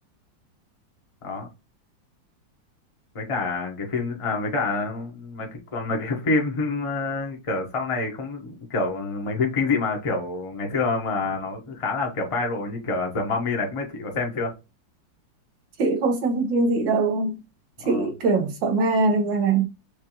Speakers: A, on the left; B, on the right.
A: đó với cả cái phim à, với cả mấy cái, còn mấy cái phim <laughs> uh, kiểu sau này không kiểu mấy phim kinh dị mà kiểu ngày xưa mà nó khá là kiểu viral như kiểu là The Mummy này không biết chị có xem chưa
B: chị không xem phim kinh dị đâu
A: Ờ.
B: chị kiểu sợ ma nên ra là